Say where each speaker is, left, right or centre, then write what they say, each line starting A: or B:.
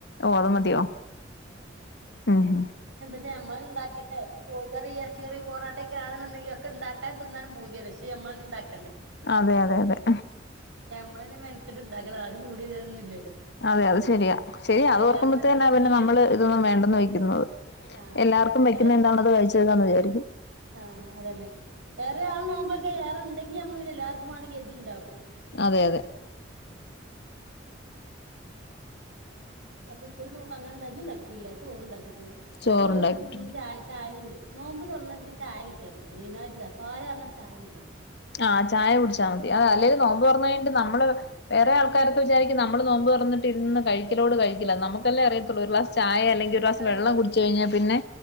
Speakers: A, on the left (about 60°); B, on the right (about 80°).
A: ഓള് മതിയോ, ഉം-
B: ഞമ്മള് ഉണ്ടാക്കട്ടെ- കോയി കറി ഇറച്ചി കറി പോറട്ട കാണുന്നുണ്ടെങ്കി ഉണ്ടാക്കാനും, തിന്നാനും പൂതിയ പക്ഷെ നമ്മള് തന്നെ ഉണ്ടാക്ക
A: അതെ, അതെ, അതെ-
B: നമ്മള് തന്നെ മെനക്കട്ട് ഉണ്ടാക്കല് ആരും കുടി വാരാനൊന്നു വില്ല-
A: അതെ അത് ശരിയാ ശരിയാ
B: അയിലേറെ
A: അത് ഓർക്കുമ്പോത്തേ
B: നല്ലതത്
A: തന്നാ പിന്നെ
B: ഇല്ലേ
A: നമ്മള് ഇതൊന്നും വേണ്ടെന്ന് വെക്കുന്നത്
B: ആഹ്
A: എല്ലാവർക്കും വെക്കുന്ന
B: അര
A: എന്താണത് കഴച്ചതാന്ന് വിചാരിക്കും-
B: ആഹ് അതന്നെ വേറെ ആൾ നോമ്പോഴക്കെ വേറെ ഉണ്ടെങ്കി നമ്മള് പിന്നെ എല്ലാവർക്കും വേണെങ്കിൽ ഇണ്ടാക്കും-
A: അതെ അതെ-
B: ഇപ്പ ഇക്കുറി നോമ്പ് അങ്ങന ഒന്ന് ഉണ്ടാക്കിയില്ല ചോറ്ണ്ടാക്കി- ഒ
A: ചോറുണ്ടാക്കിയിട്ടുണ്ട്
B: അതിലി ഒരു കൂട്ടരിന്ന് ച ചായയും കുടിച്ച് - നോമ്പ് തുറന്നെനിക്ക് ചായ കിട്ടിയാൽ മതി മീനായിട്ട് പാലന്നാ ചായ കിട്ടണം-
A: ആഹ് ചായ കുടിച്ചാൽ മതി അ അല്ലേങ്കും നോമ്പ് തുറന്ന് കഴിഞ്ഞ്ട്ട് നമ്മള്- വേറെ ആൾക്കാരൊക്കെ വിചാരിക്കും നമ്മള് നോമ്പ് തൊറന്നിട്ട് ഇരുന്ന് കഴിക്കലോട് കഴിക്കലാ നമുക്ക്- ക്കല്ലേ അറിയത്തൂള്ളു ഒരുഗ്ലാസ് ചായ അല്ലെങ്കി ഒരു ഗ്ലാസ്
B: ആഹ്
A: വെള്ളം കുടിച്ച് കഴിഞ്ഞൽ പിന്നെ-